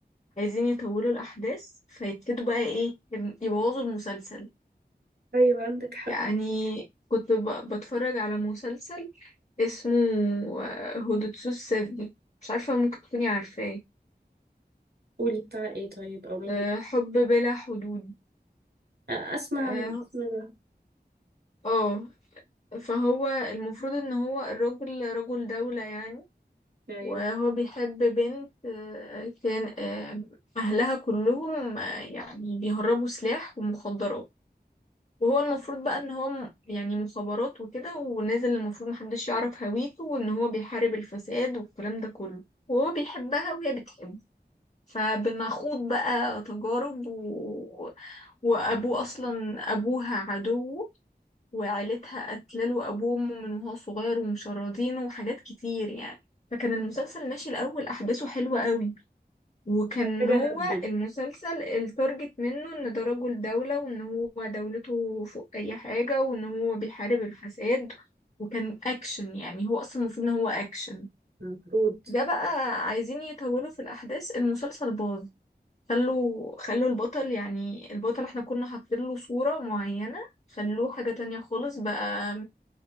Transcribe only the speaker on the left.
عايزين يطولوا الاحداث فيبتدوا بقى ايه يبوظوا المسلسل
يعني كنت ب- بتفرج على مسلسل اسمه آه، هودوتسو السفجي مش عارفة ممكن تكوني عارفاه
آه،
حب بلا حدود
اه
آه، فهو المفروض ان هو الراجل رجل دولة يعني
وهو بيحب بنت آه، كان آه، اهلها كلهم آه، يعني بيهربوا سلاح ومخدرات وهو المفروض بقى ان هو م- يعني مخابرات وكده ونازل المفروض محدش يعرف هويته وان هو بيحارب الفساد والكلام ده كله وهو بيحبها وهي بتحبه فبنخوض بقى تجارب و... وابوه اصلا ابوها عدوه وعيلتها قتلوا ابوه من وهو صغير ومشردينه وحاجات كتير يعني فكان المسلسل ماشي الاول احداثه حلوة قوي وكان
هو
المسلسل التارجت منه ان ده رجل دولة وان هو دولته فوق اي حاجة وان هو بيحارب الفساد وكان اكشن يعني هو اصلا المفروض ان هو اكشن
ده بقى عايزين يطولوا في الاحداث المسلسل باظ خلوا خلوا البطل يعني البطل احنا كنا حاطين له صورة معينة خلوه حاجة تانية خالص بقى